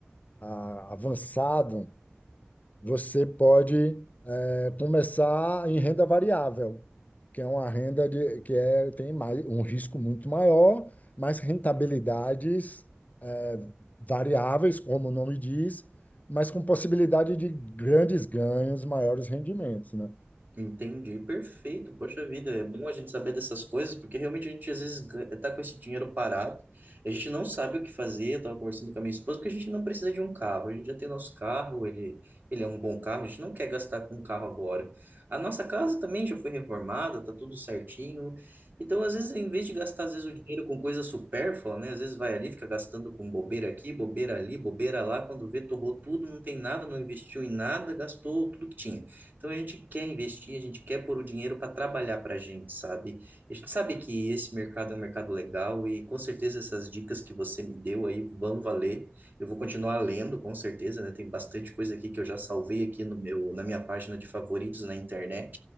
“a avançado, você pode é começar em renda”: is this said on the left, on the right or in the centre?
Left